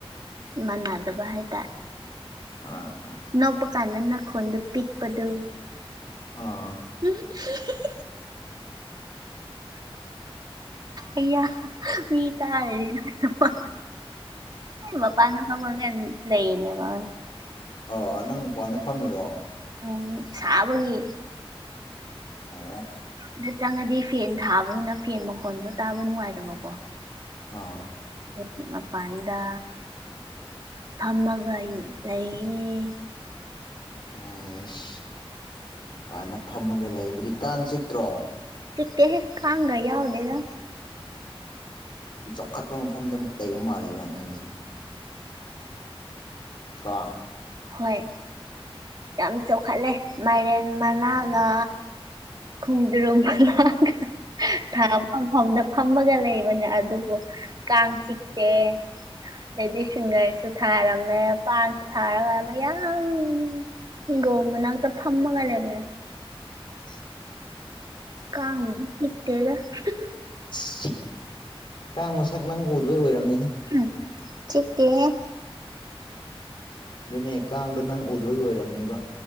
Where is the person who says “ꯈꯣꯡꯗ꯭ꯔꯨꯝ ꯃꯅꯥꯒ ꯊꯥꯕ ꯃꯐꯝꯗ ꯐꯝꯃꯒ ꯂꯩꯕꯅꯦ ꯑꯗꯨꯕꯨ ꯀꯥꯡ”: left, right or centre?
Right